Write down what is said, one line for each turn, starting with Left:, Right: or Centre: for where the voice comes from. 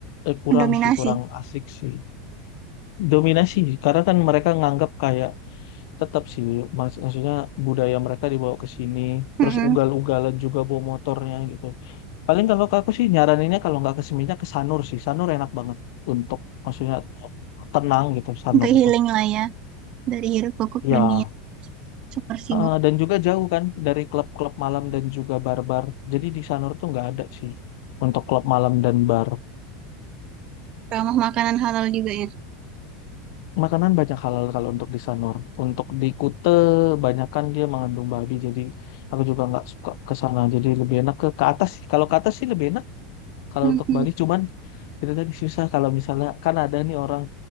Left: eh, kurang
Right: mendominasi
Left: sih, kurang asik sih. dominasi karena kan mereka nganggap kayak tetap sih mak- maksudnya budaya mereka dibawa ke sini terus
Right: hmm.
Left: ugal-ugalan juga bawa motornya gitu paling kalau ke aku sih nyaraninnya kalau nggak ke Seminyak ke Sanur sih Sanur enak banget untuk maksudnya tenang gitu Sanur
Right: untuk healing
Left: tuh
Right: lah ya dari hiruk pikuk
Left: ya
Right: dunia super sibuk
Left: eh, dan juga jauh kan dari klub-klub malam dan juga bar-bar jadi di Sanur tuh nggak ada sih untuk klub malam dan bar
Right: ramah makanan halal juga ya
Left: Makanan banyak halal kalau untuk di Sanur. Untuk di Kute, banyakkan dia mengandung babi. Jadi aku juga nggak suka ke sana. Jadi lebih enak ke ke atas. sih. Kalau ke atas sih lebih enak. Kalau
Right: hmm.
Left: untuk Bali cuman itu tadi susah. Kalau misalnya kan ada nih orang,